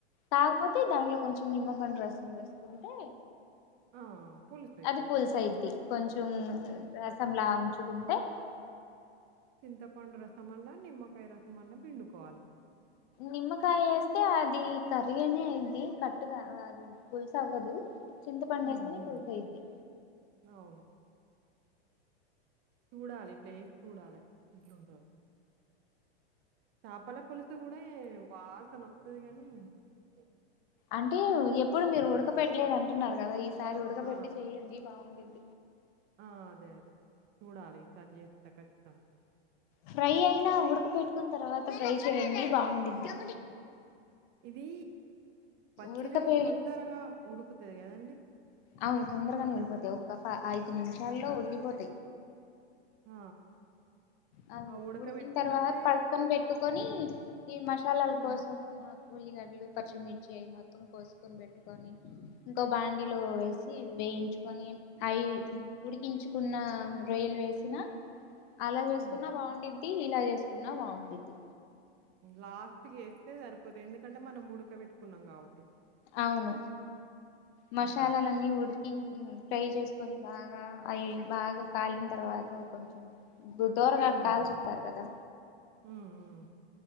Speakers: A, on the left (about 50°); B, on the right (about 35°).
A: కాకపోతే దాంట్లో కొంచెం నిమ్మపండు రసం వేసుకుంటే
B: ఆ! పులుసయితది.
A: అది పులుసఇద్ది
B: ఇంత
A: కొంచం రసంలా ఉంచుకుంటే
B: చింతపండు రసం అన్న నిమ్మకాయ రసం అన్న పిండుకోవాలి
A: నిమ్మకాయ వేస్తే అది కరిగనే అయిద్ది కట్గా అది పుల్సవ్వదు చింతపండు
B: హ్మ్.
A: వేస్తేనే
B: హ్మ్.
A: పులుసయ్యుద్ది
B: అవును. చూడాలి ఇట్లా వేసి చూడాలి ఎట్లుంటాదో చేపల పులుసు కూడా వాసన వస్తది కాని న
A: అంటే ఎప్పుడు మీరు ఉడక పెెట్టలేదు అంటున్నారు కదా ఈసారి ఉడక
B: ఆ!
A: పెెట్టి చెయ్యండి బాగుండిద్ది
B: ఆ అదే అదే చూడాలి ఈ సారి చేస్తే ఖచ్చితం
A: ఫ్రై అయినా ఉడక పెెట్టుకున్న తర్వాత ఫ్రై చేయండి బాగుండిద్ది
B: ఇది పచ్చిరయలు
A: ఉడకపే
B: తొందరగా ఉడుకుతది కదండి
A: అవును తొందరగానే ఉడికిపోతాయి ఒక్క ఐదు నిమిషాల్లో ఉడికిపోతాయి
B: ఆ
A: అ
B: ఆ ఉడకబెట్టుకున్నప్పుడే
A: ఉడికిన తర్వాత పక్కన పెట్టుకొని ఈ మసాలాల
B: హ్మ్.
A: కోసం ఉల్లిగడ్లు పచ్చిమిర్చి అయి మొత్తం కోసుకొని పెట్టుకొని ఇంకో బాంండీలో వేసి వేయించుకొని అయి ఉడికించుకున్న రొయ్యలు వేసిన అలా
B: హ్మ్.
A: చేసుకున్నా బాగుండిద్ది ఇలా చేసుకున్నా బాగుండిద్ది
B: లాస్ట్కి వేస్తే సరిపోతుంది ఎందుకంటే మనం ఉడక పెట్టుకున్నాం కాబట్టి
A: అవును మసాలాలు
B: హ్మ్.
A: అన్నీ ఉడికి ఫ్రై చేసుకొని బాగా అవి బాగా కాలిన తర్వాత కొంచెం దోరగా
B: హ్మ్.
A: కాల్చుస్తారు కదా
B: హ్మ్. హ్మ్.